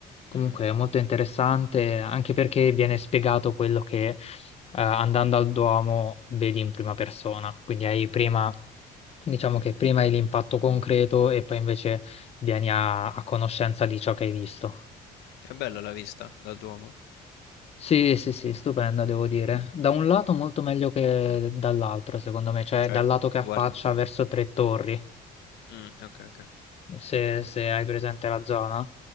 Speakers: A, on the left (about 35°); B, on the left (about 85°).
A: Comunque
B: Mhm.
A: è molto interessante, anche perché viene spiegato quello che eh, andando al Duomo vedi in prima persona, quindi hai prima Diciamo che prima hai l'impatto concreto e poi invece vieni a, a conoscenza di ciò che hai visto.
B: È bella la vista dal Duomo?
A: Sì, sì, sì, stupenda, devo dire. Da un lato molto meglio che dall'altro, secondo me, cioè
B: Cioè,
A: dal lato
B: gu-
A: che
B: guarda...
A: affaccia verso Tre Torri,
B: Mm, ok, ok.
A: se, se hai presente la zona.